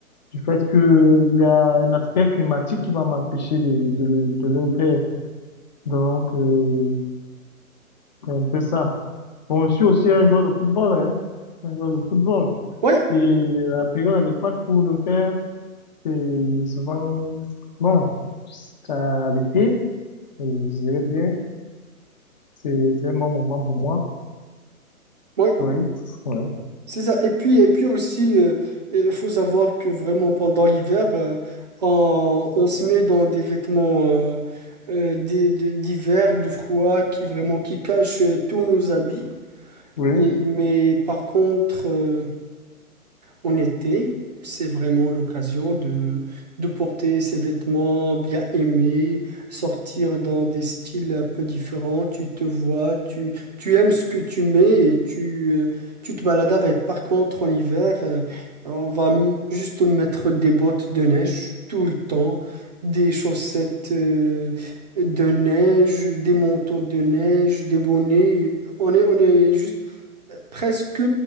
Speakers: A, on the left; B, on the right.
A: du fait que euh, il y a un aspect climatique qui va m'empêcher de, de, le- de le faire. Donc, euh, c'est un peu ça. Bon, je suis aussi un joueur de football, hein, un joueur de football.
B: Oui,
A: Et la période adéquate pour le faire, c'est souvent, bon, c'est à l'été, euh, je dirais bien, c'est c'est un bon moment pour moi.
B: oui.
A: Oui, oui,
B: C'est ça. Et puis, et puis aussi, euh, il faut savoir que vraiment pendant l'hiver, euh, on, on se met dans des vêtements euh, euh, des- de- d'hiver, de froid, qui vraiment qui cachent euh, tous nos habits.
A: oui,
B: Et, mais par contre, euh, en été, c'est vraiment l'occasion de, de porter ses vêtements bien aimés, sortir dans des styles un peu différents. Tu te vois, tu, tu aimes ce que tu mets et tu, euh, tu te balades avec. Par contre, en hiver, euh, on va m- juste mettre des bottes de neige tout le temps, des chaussettes euh, de neige, des manteaux de neige, des bonnets. On est, on est juste presque